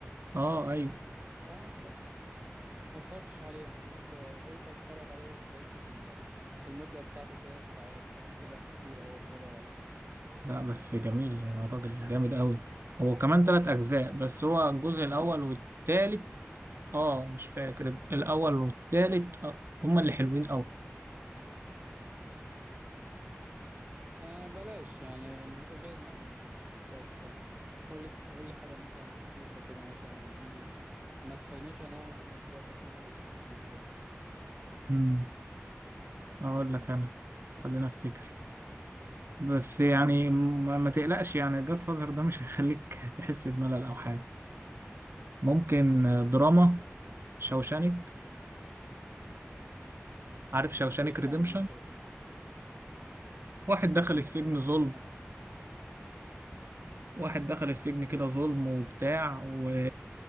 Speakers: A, on the right (about 55°); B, on the right (about 30°).
A: اه ايوه
B: صراحة ما اتفرجتش ما اتفرجتش عليه انا كنت آه، قلت اتفرج عليه بس لقيت ال- المدة بتاعته ثلاث ساعات فقلت لا كتير او اتفرج عليه
A: لا بس جميل يا راجل جامد قوي هو كمان تلات أجزاء بس هو الجزء الأول والتالت اه مش فاكر الأول والتالت آه هما اللي حلوين قوي
B: آه بلاش يعني من- ابعدنا عن الجاد فوزر قول لي قول لي حاجة مثلا خفيفة كده مثلا ايه ما تخلينيش انام وفي نفس الوقت اكون مشدود للفيلم
A: امم أقول لك أنا خلينا أفتكر بس يعني ما ما تقلقش يعني جاد فازر ده مش هيخليك <laughs> تحس بملل او حاجه ممكن دراما شوشانك عارف شوشانك
B: بيحكي
A: ريديمشن
B: عن ايه شخص
A: واحد
B: لا
A: دخل
B: ما
A: السجن
B: اعرفوش
A: ظلم
B: بيحكي عن
A: واحد دخل السجن
B: مهم.
A: كده ظلم وبتاع و...